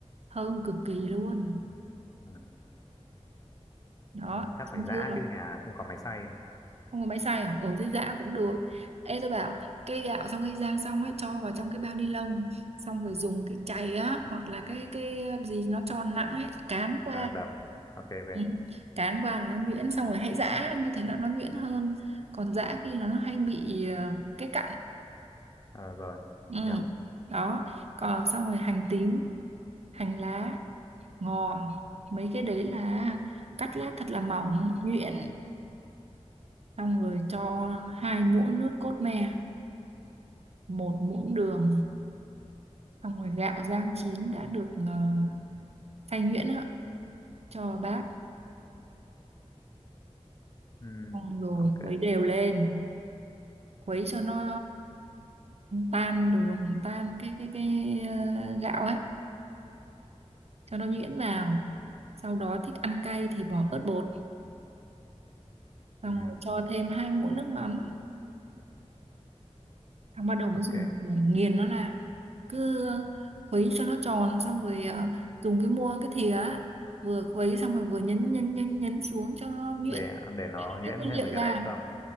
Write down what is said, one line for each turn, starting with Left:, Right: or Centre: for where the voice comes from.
Right: Thơm cực kỳ luôn.
Left: ừ.
Right: Đó,
Left: Ừ. chắc
Right: chín
Left: phải giã
Right: chưa?
Left: chứ nhà không có máy xay
Right: Không có máy xay à? Ừ thế giã cũng được. Ê tôi bảo cái gạo sau khi rang xong ấy cho vào trong cái bao ni lông xong rồi dùng cái chày á hoặc là cái cái gì nó tròn nặng ấy cán qua
Left: à, đập ok về
Right: Ừ, cán qua là nó nhuyễn xong rồi hãy giã như thế là nó nhuyễn hơn còn giã kia là nó hay bị ờ, cái cặn
Left: Ờ, rồi
Right: ừ.
Left: hiểu
Right: đó còn xong rồi hành tím hành lá ngò mấy cái đấy là cắt lát thật là mỏng nhuyễn xong rồi cho hai muỗng nước cốt me một muỗng đường xong rồi gạo rang chín đã được ờ, xay nhuyễn á, cho vào bát
Left: ừ.
Right: xong rồi
Left: ok
Right: khuấy đều lên khuấy cho nó tan đường tan cái cái cái ờ, gạo ấy cho nó nhuyễn vào sau đó thích ăn cay thì bỏ ớt bột xong
Left: ừ.
Right: rồi cho thêm hai muỗng nước mắm Thằng bắt đầu mới
Left: ok
Right: dùng ừ, nghiền nó ra cứ khuấy cho nó tròn xong rồi ờ, dùng cái mua cái thìa á, vừa khuấy xong rồi vừa nhấn nhấn nhấn nhấn xuống cho nó nhuyễn
Left: để để nó
Right: cái
Left: nhuyễn
Right: nguyên
Left: thêm
Right: liệu
Left: về cái
Right: ra
Left: đấy không